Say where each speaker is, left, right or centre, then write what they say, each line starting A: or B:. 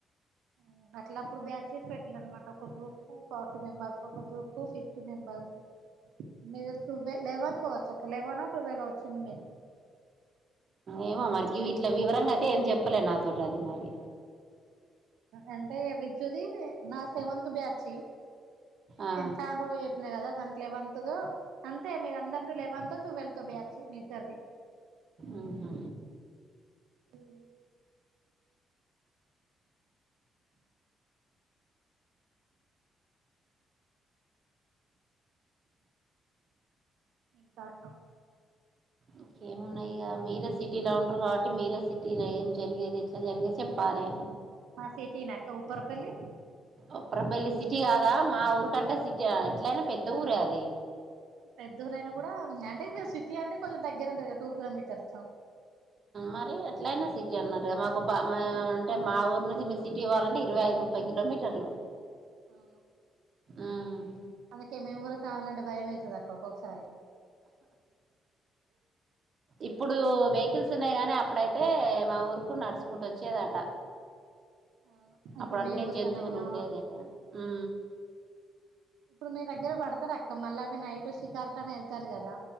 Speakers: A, on the right; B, on the right.
A: ఆఓ అట్లా అప్పుడు బ్యాచెస్ పెట్టాలే మాకు ఒక గ్రూప్ కు ఫార్టీ మెంబర్స్ ఒక గ్రూప్ కు ఫిఫ్టీ మెంబెర్స్ మీరు టువ లెవెన్ కావచ్చుక్క లెవెన్ టువెల్వ వచ్చింది మీది
B: ఏమో మరి గీవీట్ల వివరంగా అయితే ఏం చెప్పలేదు నాతోటి అది మరి
A: అంటే ది నా సెవెంతత్ బ్యాచ్ది
B: ఆ
A: చా న్నాయి కదా దానికి లేవెంత్గా అంతే మీ అందరిదీ లేవెంత్ ట్వెల్త్ బ్యాచ్ మీ ఇద్దరిది
B: ఆహా
A: ఉహూ ఇంకా కం
B: ఇంకేమున్నాయి ఇక మీరే సిటీలో ఉంటరు కాబట్టి మీరే సిటీలో ఏం జరిగేది ఎట్లా జరిగేది చెప్పాలి
A: బా సిటీనక్క ఉప్పరపల్లి
B: ఉప్పర్ పల్లి సిటీ కాదా మా ఊరు కంటే సిటీ ఎట్లయినా పెద్ద ఊరే అది
A: పెద్దఊరైనా కూడా అంటే సిటీ అంటే కొంచెం దగ్గర ఉంటుంది కదా టూ కిలోమీటర్స్
B: మరి ఎట్లయినా సిటీ అన్నట్ మాకు అంటే మా ఊరు నుంచి మీ సిటీ పోవలంటే ఇరవై అది ముప్పై కిలోమీటర్లు
A: అవును
B: మ్మ్
A: అందుకే మీ ఊర రావాలంటే భయము అయితది అక్క ఒక్కొక్కసారి
B: ఇప్పుడు వెహికల్స్ ఉన్నాయి కగాని అప్పుడైతే మా ఊరుకు నడుచుకుంటూ వచ్చేదట
A: అవును ఇప్పుడు
B: అప్పుడు అన్ని
A: మీ ఊరి
B: జంతువులు
A: కనంగా
B: ఉండేది కదా ఉ
A: ఇప్పుడు మీ దగ్గర పడతారు అక్క మళ్ళీ అవి నైట్ షికార్ఖనే వెళ్తారు కదా